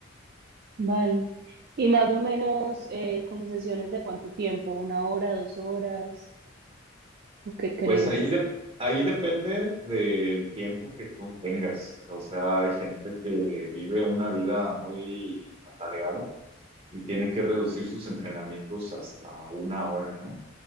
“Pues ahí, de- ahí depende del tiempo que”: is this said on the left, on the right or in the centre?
Right